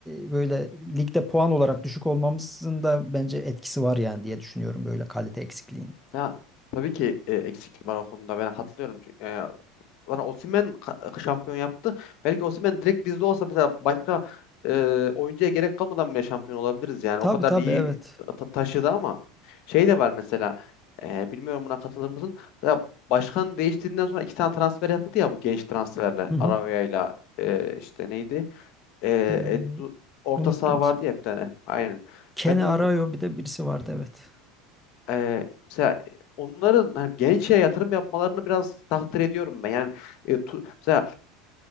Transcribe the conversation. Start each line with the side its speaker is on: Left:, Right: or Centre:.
Centre: e, böyle ligde puan olarak düşük olmamızın da bence etkisi var yani diye düşünüyorum böyle kalite eksikliğinin.
Left: Ya tabii ki e, eksiklik var o konuda ben hatırlıyorum. yani Osimhen ka- e, şampiyon yaptı. Belki Osimhen direkt bizde olsa mesela başka e, oyuncuya gerek kalmadan bile şampiyon olabiliriz yani.
Centre: Tabii
Left: O kadar
Centre: tabii
Left: iyi
Centre: evet.
Left: ta- taşıdı ama şey de var mesela e, bilmiyorum buna katılır mısın? Mesela başkan değiştiğinden sonra iki tane transfer yapıldı ya bu genç transferler.
Centre: Hı hı.
Left: Araoya'yla e, işte neydi? E,
Centre: Ee,
Left: Edu- orta
Centre: unuttum.
Left: saha vardı ya bir tane. Aynen.
Centre: Ken
Left: Ben
Centre: Arayo
Left: de unuttum.
Centre: bir de birisi vardı evet.
Left: E, mesela onların hani gençlere yatırım yapmalarını biraz takdir ediyorum ben. Yani e, tu- mesela